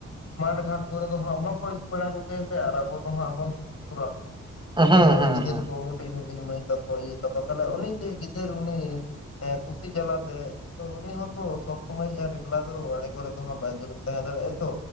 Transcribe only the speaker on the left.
ᱢᱟᱴ ᱜᱷᱟᱴ ᱠᱚᱨᱮ ᱫᱚ ᱦᱟᱸᱜ ᱵᱟᱠᱚ, ᱤᱫᱤ ᱵᱟᱲᱟ ᱠᱚᱜᱮᱭᱟ ᱥᱮ, ᱟᱨ ᱟᱵᱚ ᱫᱚ ᱦᱟᱸᱜ ᱵᱚᱱ ᱠᱩᱣᱟ
ᱜᱤᱫᱟᱹᱨ ᱦᱩᱰᱤᱧ ᱦᱩᱰᱤᱧ ᱢᱟᱹᱭ ᱛᱟᱠᱚ ᱤᱭᱟᱹ ᱛᱟᱠᱚ, ᱛᱟᱦᱚᱞᱮ ᱩᱱᱤ ᱡᱮ ᱜᱤᱫᱟᱹᱨ ᱩᱱᱤ ᱠᱩᱥᱤ ᱡᱟᱞᱟᱛᱮ ᱛᱚ ᱩᱱᱤ ᱦᱚᱸᱛᱚ ᱥᱚᱵ ᱥᱚᱢᱚᱭ ᱟᱨ, ᱮᱠᱞᱟ ᱫᱚ ᱟᱲᱮ ᱠᱚᱨᱮ ᱫᱚᱦᱟᱜ ᱵᱟᱭ ᱫᱩᱨᱩᱵ ᱛᱟᱦᱮᱸ ᱫᱟᱲᱮᱭᱟᱜᱟᱭᱛᱚ᱾